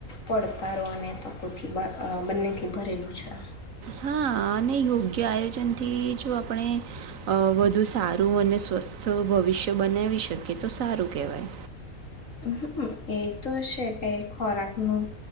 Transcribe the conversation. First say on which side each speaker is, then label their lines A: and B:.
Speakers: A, on the left; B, on the right.
A: પડતારો અને તકોથી બ બંનેથી ભરેલું પૂછ
B: હા અને યોગ્ય આયોજન થી જો આપણે અ વધુ સારું અને સ્વસ્થ ભવિષ્ય બનાવી શકીએ તો સારું કહેવાય.
A: હ એ તો છે ક ખોરાકનું